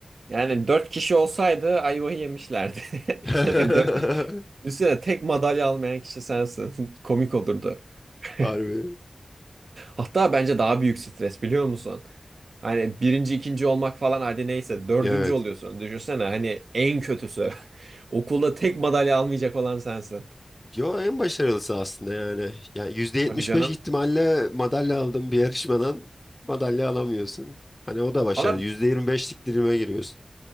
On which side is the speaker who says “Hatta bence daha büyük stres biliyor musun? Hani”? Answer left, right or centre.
Right